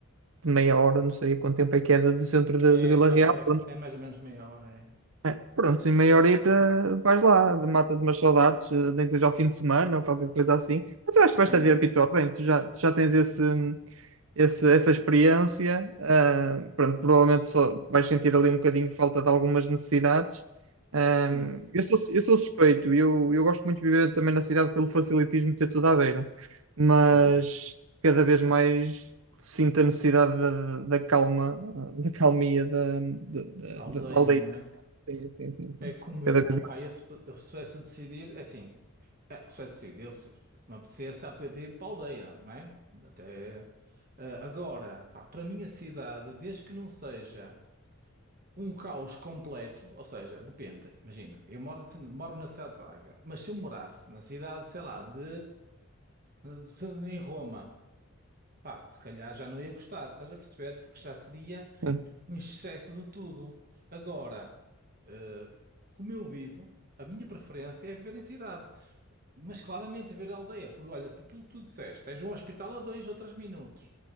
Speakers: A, on the right (about 65°); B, on the right (about 40°).
A: de meia hora, não sei quanto tempo é que é do centro de,
B: É
A: de Vila
B: mais,
A: Real,
B: vai-
A: pronto,
B: é mais ou menos meia hora, é.
A: É, pronto, em meia horita vais lá, matas umas saudades, eh, nem que seja ao fim de semana ou qualquer coisa assim. Mas eu acho
B: Sim,
A: que vais estar de habituar bem, tu já, já tens esse, esse- essa experiência. ah, pronto, provavelmente só vais sentir ali um bocadinho de falta de algumas necessidades. Ah,
B: sim.
A: eu sou, eu sou suspeito, eu, eu gosto muito de viver também na cidade pelo facilitismo de ter tudo à beira, mas
B: Hum.
A: cada vez mais sinto a necessidade da, da calma, ah, da calmia da, da,
B: da aldeia,
A: da da aldeia.
B: não é?
A: Sim, sim, sim, sim.
B: É como
A: Cada
B: eu,
A: vez
B: opá, eu se, pu- eu se pudesse decidir, é assim, é, se pudesse decidir, eu, se, se me apetecesse, já podia ter ido para a aldeia, não é? Até, eh, agora, pá, para a minha cidade, desde que não seja um caos completo, ou seja, depende, imagina, eu moro, assim- moro na cidade de Braga, mas se eu morasse na cidade, sei lá, de, de- se- em Roma, pá, se calhar já não ia gostar, estás a perceber? Porque já seria
A: mais. Sim,
B: um excesso de tudo. Agora, Uh, como eu vivo, a minha preferência é viver em cidade, mas claramente viver em aldeia, Por olha, por tudo que tu disseste, tens um hospital a dois ou três minutos,